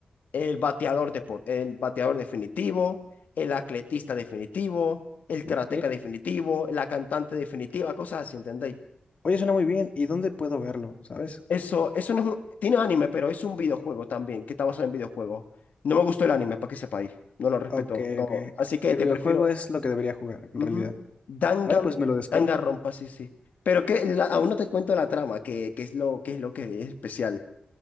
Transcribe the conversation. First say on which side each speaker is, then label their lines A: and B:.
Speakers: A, on the left; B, on the left.
A: el bateador depor- el bateador definitivo, el atletista definitivo, el
B: Ok.
A: karateca definitivo, la cantante definitiva, cosas así, ¿entendéis?
B: Oye, suena muy bien. ¿Y dónde puedo verlo, sabes?
A: Eso, eso no es un, tiene anime, pero es un videojuego también, que está basado en videojuegos. No me gustó el anime, para que sepáis. No lo respeto,
B: Ok,
A: no.
B: ok.
A: Así que
B: El
A: te
B: videojuego
A: prefiero.
B: es lo que debería jugar, en
A: Ujú.
B: realidad.
A: Dangan,
B: Vale, pues me lo descargo.
A: Danganronpa, sí, sí. Pero que la- aún no te cuento la trama, que, que es lo, que es lo que es especial.